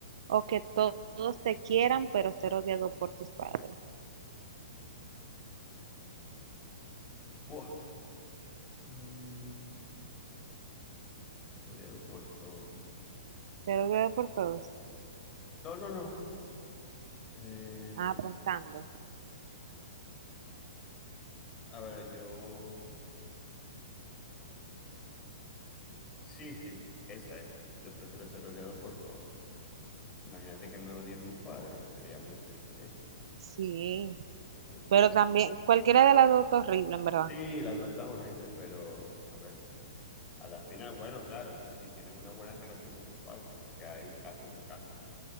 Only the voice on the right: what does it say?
o que to- todos te quieran pero ser odiado por tus padres?
Ser odiado por todos.
Ah, pensando.
Sí,
pero también cualquiera de las dos está horrible, en verdad.